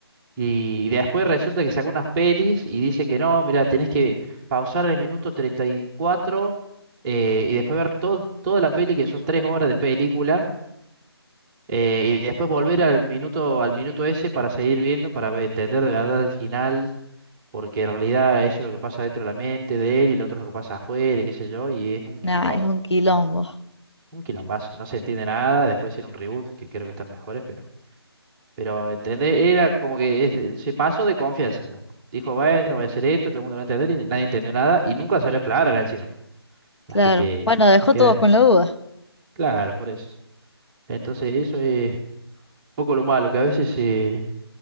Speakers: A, in the centre; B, on the left.
A: Y después resulta que sacó unas pelis y dice que no, mira, tenés que pausar el minuto 34 eh, y después ver todo, toda la peli, que son tres horas de película, eh, y después volver al minuto, al minuto ese para seguir viendo, para ve- entender de verdad el final, porque en realidad eso es lo que pasa dentro de la mente de él y lo otro es lo que pasa afuera, y qué sé yo, y es un quilombo,
B: Nah, es un
A: o
B: quilombo,
A: sea, un quilombazo, no se entiende nada, después hicieron un reboot, que creo que están mejores, pero... Pero, ¿entendés? Era como que es- se pasó de confianza, loco. Dijo, bueno, voy a hacer esto, todo el mundo lo va a entender, y nadie entendió nada, y nunca salió clara encima.
B: claro.
A: Así que,
B: Bueno, dejó
A: quedan
B: todos con la duda.
A: claro, por eso. Entonces, eso es un poco lo malo, que a veces se,